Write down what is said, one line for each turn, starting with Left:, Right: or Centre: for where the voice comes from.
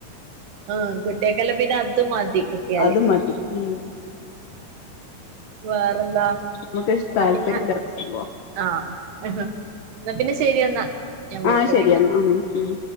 Right: ആ കുട്ടിൾക്കെല്ലാം പിന്നെ അത് മതി കിട്ടിയാല്
Left: അത് മതി ഉം
Right: വേറെന്താ
Left: നമുക്ക്
Right: എന്നാ
Left: താല്പര്യമില്ലാത്ത
Right: പിന്നെ
Left: സംഭവം
Right: ആ ആഹ് എന്നാ പിന്നെ ശരി എന്നാ ഞാൻ വിളിക്ക
Left: ആഹ് ശരിയെന്നാ
Right: പിന്നെ
Left: ഉം ഉം